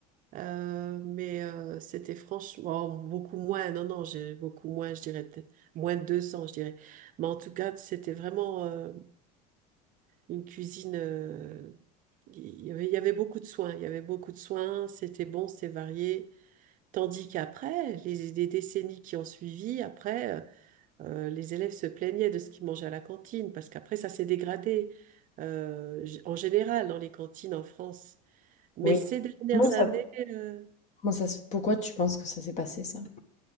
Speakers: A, on the right (about 45°); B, on the left (about 35°).
A: Euh, mais euh, c'était franchement oh, beaucoup moins. Non, non, j'ai beaucoup moins. Je dirais peut-être moins de 200, je dirais. Mais en tout cas, c'était vraiment. euh, une cuisine. euh, il y avait, il y avait beaucoup de soins. Il y avait beaucoup de soins. C'était bon, c'était varié. Tandis qu'après, les, les décennies qui ont suivi, après, euh, euh, les élèves se plaignaient de ce qu'ils mangeaient à la cantine parce qu'après, ça s'est dégradé euh, g- en général dans les cantines en France. Mais
B: oui.
A: ces dernières
B: Comment ça,
A: années, euh,
B: comment ça, se- pourquoi tu penses que ça s'est passé ça?